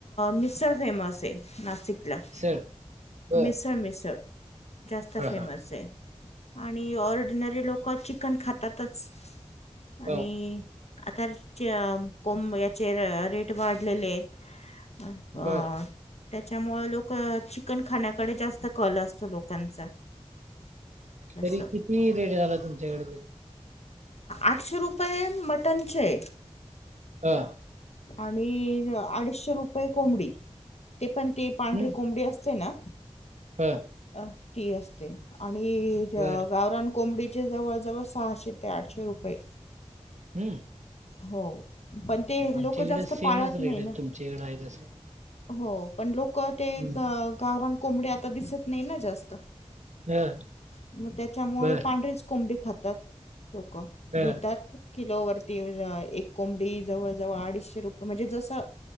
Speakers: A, on the left; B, on the right.
A: मिसळ फेमस आहे नाशिक ला
B: मिसळ बर
A: मिसर मिसर जास्त
B: हा
A: फेमस
B: हा
A: आहे आणि ऑर्डिनरी लोक चिकन खातातच आणि
B: हा.
A: आता कोम याचे रेट वाढलेले आहेत ह
B: बर
A: त्याच्यामुळे लोक चिकन खाण्याकडे जास्त कल असतो लोकांचा
B: तरी
A: असं
B: किती रेट झाला तुमच्याकडे तरी
A: आठशे रुपये मटनचे
B: हा
A: आणि अडीचशे रुपये कोंबडी ते पण ते पांढरी
B: हम्म
A: कोंबडी असते ना
B: हा
A: अ ती असते आणि गावरान
B: बर
A: कोंबडी जचे जवळ जव सहा शेेत ते आठशेेत रुपये
B: हम्म
A: हो पण ते
B: आमच्याकडे
A: लोक जास्त
B: सेमच
A: पाळत नाही
B: रेट आहे
A: ना
B: तुमच्याकडे आहे तसं
A: हो पण लोक ते
B: हम्म.
A: गावरान कोंबडे आता दिसत नाही ना जास्त
B: हा
A: मग त्याच्यामुळे
B: बर
A: पांढरीच कोंबडी खातात लोक
B: हा
A: घेतात किलोवर ती एक कोंबडी जवळजवळ अडीचशे रुपय म्हणजे जसं